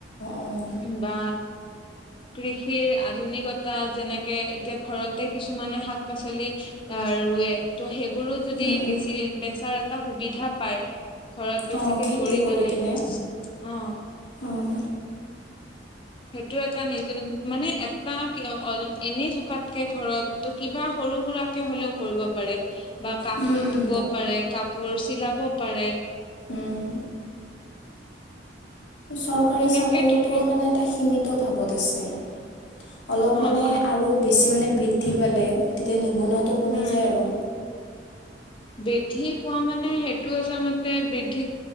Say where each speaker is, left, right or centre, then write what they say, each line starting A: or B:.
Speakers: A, on the left; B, on the left.
A: অ'।
B: বা কৃষি আধুনিকতা যেনেকে এতিয়া ঘৰতে কিছুমানে শাক-পাচলি আহ ৰুৱে ত সেইব বোৰো যদি
A: উম, উম।
B: বেছি বেচাৰ এটা সুবিধা পায়। ঘৰত বেছিকে
A: অ', খেতি
B: কৰি কেনে
A: কিনে
B: অ।
A: অ'।
B: সেইটো এটা নিজ মানে এটা অপ এনেই থকাতকে ঘৰত ত কিবা হ সৰু সুৰাকে হলেও কৰিব পাৰে। বা কাপোৰ
A: উম, উম,
B: বুব পাৰে কাপোৰ চিলাব পাৰে।
A: উম। চৰকাৰী
B: তেনেকে
A: চাকৰিটোও
B: দূৰ কৰিব
A: মানে এটা সীমিত ভাৱত আছে। অলপ
B: অ
A: মানে
B: আহ
A: আৰু বেছি মানে বৃদ্ধি পালে তেতিয়া নিব নিবনুৱাটো কমি
B: উম
A: যায় আৰু।
B: বৃদ্ধি পোৱা মানে সেইটো আছে মতে বৃদ্ধি